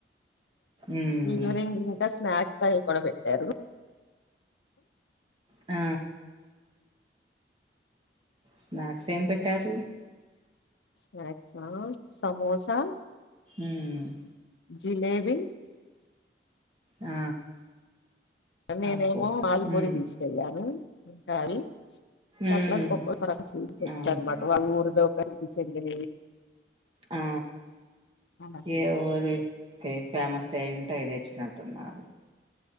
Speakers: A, on the right; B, on the left.
A: ఉమ్
B: ఈవినింగ్ ఇంకా స్నాక్ కూడా ఇక్కడ పెట్టారు
A: ఆ స్నాక్స్ ఏం పెట్ టరూ
B: స్నాక్సా సమోసా
A: ఉమ్
B: జిలేేబి
A: ఆ
B: నేనేమో
A: అబ్బో
B: ఆలుపూరి
A: ఉమ్
B: తీసుకెళ్లాను హరి
A: ఉమ్
B: అట్లాఅట్లా ఒక్కక్క రకం స్వీట్ తెచ్చారు
A: అవునా
B: అన్నమాట వాళ్ళ ఊరిలో చెందా
A: ఆ
B: అలా తీసుకొచ్చాం
A: ఏ ఊరు ఫేమస్ అయి ఉంటే తెచ్చినాం తిన్నారు